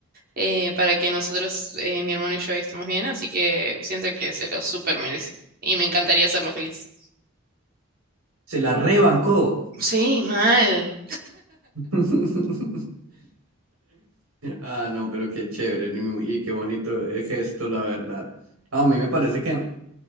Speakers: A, on the right (about 45°); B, on the right (about 85°).
A: eh, para que nosotros, eh, mi hermano y yo, estemos bien, así que siento que se lo súper merece y me encantaría hacerlo feliz.
B: Se la rebancó.
A: Sí, mal.
B: <laughs> Ah, no, pero qué chévere y qué bonito el gesto, la verdad. Ah, A mí me parece que,